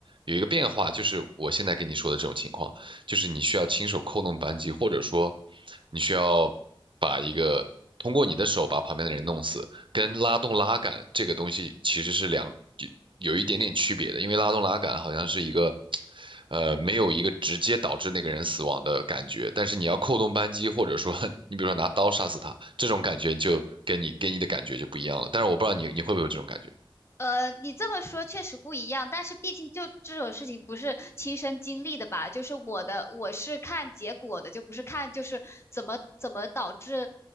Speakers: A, on the right; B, on the left.
A: 有一个变化，就是我现在跟你说的这种情况，就是你需要亲手扣动扳机，或者说你需要把一个通过你的手把旁边的人弄死，跟拉动拉杆这个东西其实是两有有一点点区别的，因为拉动拉杆好像是一个呃没有一个直接导致那个人死亡的感觉，但是你要扣动扳机，或者说 <laughs> 你比如说拿刀杀死他，这种感觉就给你给你的感觉就不一样了。但是我不知道你你会不会有这种感觉，
B: 呃，你这么说确实不一样，但是毕竟就这种事情不是亲身经历的吧？就是我的，我是看结果的，就不是看就是怎么怎么导致